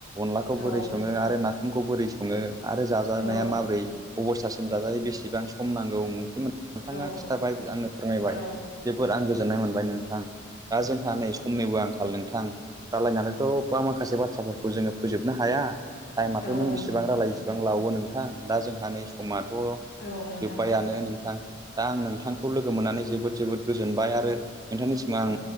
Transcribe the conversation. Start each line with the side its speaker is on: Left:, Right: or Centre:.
Right: अनलाखौ
Left: औ
Right: बोरै सङो आरो नाफामखौ बोरै सङो आरो जाजानाया
Left: औ
Right: माबोरै अबस्थासिम जाजायो बेसेबां सम नांगौ ओंख्रि मोन नोंथाङा
Left: औ
Right: खिन्थाबाय आंनो फोरमायबाय
Left: औ
Right: जोबोद आं गोजोननाय मोनबाय नों थां दा जोंहा नै समनिबो आंखाल नों आं रायलायनानै <unintelligible> माखासे बाथ्राफोरखौ जोङो फोजोबनो हाया टाइमाथ'
Left: औ
Right: नों
Left: नंगौ
Right: बेसिबां रायलाय इसेबां लावो नोंथां दा जोंहा नै समाथ'
Left: औ नोंथां
Right: जोब्बायानो नोंथां दा आं नोंथांखौ लोगो मोननानै ज जोबोद जोबोद गोजोनबाय आरो नोंथांनिसिम आं‌
Left: औ